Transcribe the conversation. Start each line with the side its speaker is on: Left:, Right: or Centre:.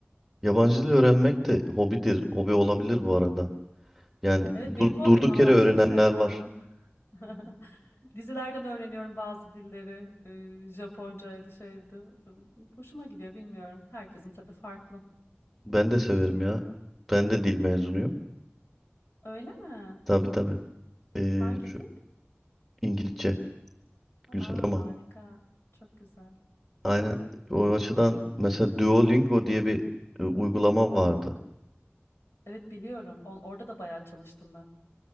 Centre: Yabancı dil öğrenmek de hobidir. Hobi olabilir bu arada. Yani
Left: Evet benim
Centre: dur-
Left: hobim
Centre: durduk
Left: valla
Centre: yere öğrenenler
Left: çok seviyorum.
Centre: var.
Left: <laughs> Dizilerden öğreniyorum bazı dilleri. Ee, Japoncaydı şeydi. Ee, Hoşuma gidiyor bilmiyorum. Herkesin tabii farklı.
Centre: Ben de severim ya. Ben de dil mezunuyum.
Left: Öyle mi?
Centre: Tabii tabii. Ee,
Left: Hangi
Centre: şu
Left: dil?
Centre: İngilizce güzel
Left: Aa
Centre: ama
Left: harika. Çok güzel.
Centre: aynen o açıdan mesela Duolingo diye bir e, uygulama vardı.
Left: Evet biliyorum. O- orada da bayağı çalıştım ben.